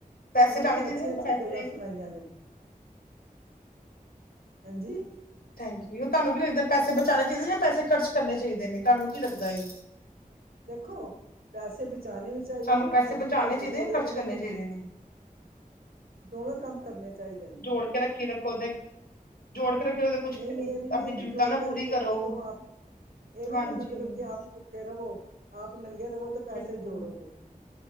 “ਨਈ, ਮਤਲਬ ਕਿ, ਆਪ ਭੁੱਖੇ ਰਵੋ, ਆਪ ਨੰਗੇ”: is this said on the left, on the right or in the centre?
Right